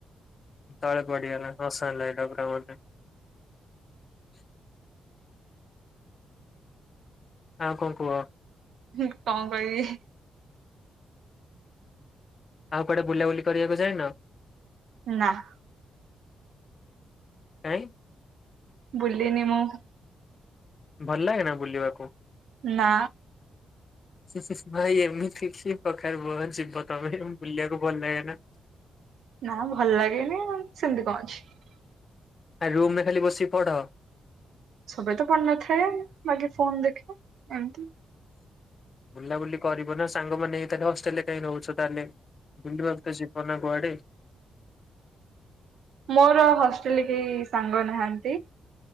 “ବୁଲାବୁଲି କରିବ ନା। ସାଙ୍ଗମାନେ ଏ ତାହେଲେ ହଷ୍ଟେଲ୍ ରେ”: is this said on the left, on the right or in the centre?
Left